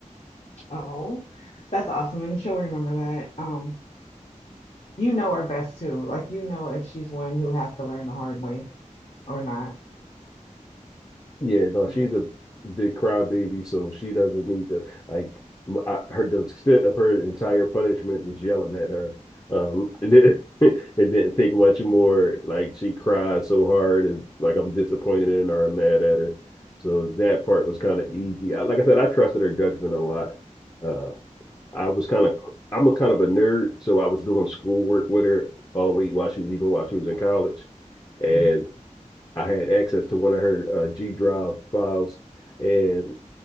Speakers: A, on the left; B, on the left.
A: Oh, that's awesome. And she'll remember that. Um, you know her best too. Like you know if she's one who has to learn the hard way or not.
B: Yeah, no,
A: Th-
B: she's a big crybaby, so she doesn't need to like. m- I, her the extent of her entire punishment was yelling at her. Um, it didn't, <laughs> it didn't take much more. Like she cried so hard, and like I'm disappointed in her, I'm mad at her. So that part was kind of easy. I, like I said, I trusted her judgment a lot. Uh, I was kind of I'm a kind of a nerd, so I was doing schoolwork with her all the way while she was even while she was in college, and
A: mhm.
B: I had access to one of her uh, G Drive files, and